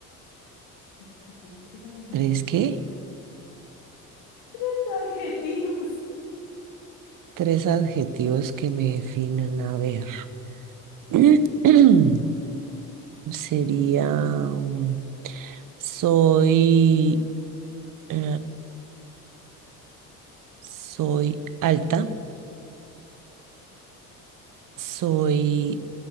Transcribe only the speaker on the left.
Adjetivos, ¿qué son adjetivos?
Tres adjetivos. <laughs>